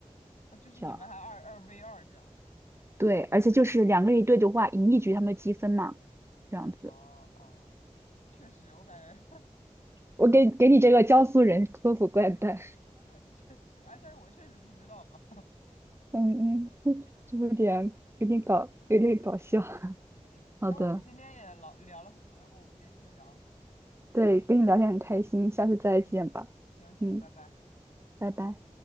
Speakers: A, on the left; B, on the right.
A: 啊？就是你们还二二
B: 这样，
A: v 二这样？
B: 对，而且就是两个人一对的话，赢一局他们积分嘛，这样子。
A: 哦哦，确实，我感觉
B: 我给给你这个江苏人科普怪诞，
A: <laughs> 确实，哎，但是我确实不知道嘛。
B: 嗯嗯，<laughs> 就有点有点搞有点搞笑。<laughs>
A: <laughs> 嗯嗯，
B: 好的，
A: 哎，我们今天也老聊了很多，要不我们今天先聊着。
B: 对，跟你聊天很开心，下次再见吧。
A: 嗯嗯，行行，
B: 嗯，
A: 拜拜。
B: 拜拜。